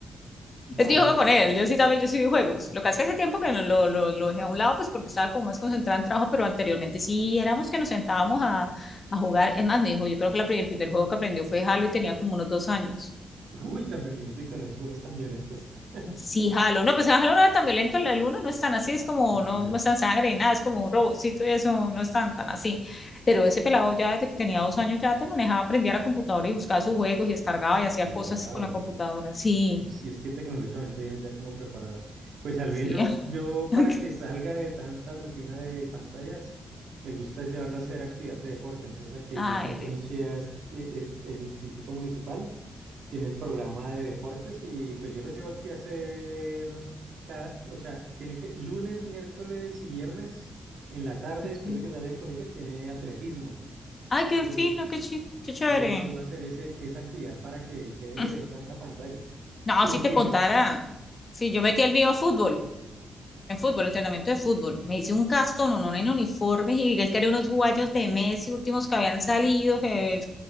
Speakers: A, on the right; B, on the left.
A: No,
B: Es que
A: a mí
B: yo juego
A: no.
B: con él, yo sí también, yo sí vi juegos. Lo que hace que hace tiempo que no, lo, lo, lo dejé a un lado, pues porque estaba como más concentrada en trabajo, pero anteriormente sí éramos que nos sentábamos a, a jugar. Es más, me dijo, yo creo que la, pri- el primer juego que aprendió fue Halo y tenía como unos dos años.
A: <laughs> Uy, tan pequeñito y con esos juegos tan violentos. <laughs>
B: Sí, Halo. No, pues Halo no era tan violento, el uno no es tan así, es como,
A: Ah,
B: no,
A: ya.
B: no es tan sangre y nada, es como un robotcito y eso, no es tan, tan así. Pero ese pelado ya desde que tenía dos años ya te manejaba, aprendía a la computadora y buscaba sus juegos y descargaba y hacía
A: Wow.
B: cosas con la computadora. Sí,
A: Y Si es que tecnológicamente vienen ya como preparados. Pues al
B: sí.
A: mío yo, yo
B: <laughs>
A: para que salga de tanta rutina de pantallas, me gusta llevarlo a hacer actividad de deporte. Entonces aquí,
B: Ay,
A: por ejemplo,
B: rico.
A: en Chía es- es el Instituto Municipal tiene el programa de deportes y pues yo lo llevo aquí a hacer cada, o sea, tiene que lunes, miércoles y viernes en la tarde,
B: Ok.
A: después de que sale del colegio, tiene atletismo.
B: Ay, qué
A: Pues
B: fino,
A: Yo lo,
B: qué, chi- qué chévere.
A: yo lo llevo a hacer ese, esa actividad para que deje
B: <laughs>
A: de ver tanta pantalla
B: No,
A: sino
B: si te
A: que
B: contara. Sí, yo metí el mío a fútbol, en fútbol, entrenamiento de fútbol. Me hice un castón, uno en uniformes y él quería unos guayos de Messi últimos que habían salido. Que...